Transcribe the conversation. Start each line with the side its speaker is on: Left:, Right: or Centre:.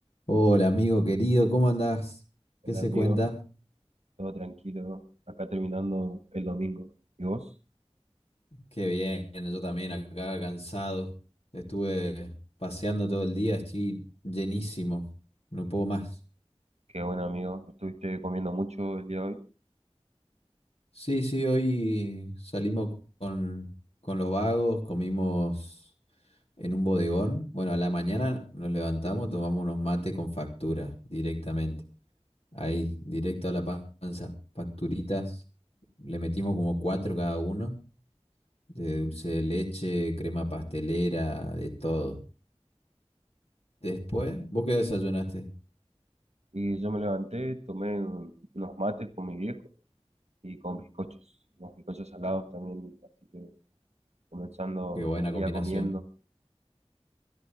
Left: Hola amigo querido, ¿cómo andás?
Right: Hola
Left: ¿Qué se
Right: amigo,
Left: cuenta?
Right: todo tranquilo, acá terminando el domingo. ¿Y vos?
Left: Qué bien, yo también acá cansado. Estuve paseando todo el día, estoy llenísimo, no puedo más.
Right: Qué bueno amigo, estuviste comiendo mucho el día de hoy.
Left: Sí, sí, hoy salimos con, con los vagos, comimos en un bodegón. Bueno, a la mañana nos levantamos, tomamos unos mates con factura directamente. Ahí, directo a la panza, facturitas. Le metimos como cuatro cada uno. de dulce de leche, crema pastelera, de todo. Después, vos qué desayunaste,
Right: Y yo me levanté, tomé unos mates con mi viejo y con bizcochos, unos bizcochos salados también, así que comenzando
Left: qué buena
Right: el día
Left: combinación.
Right: comiendo.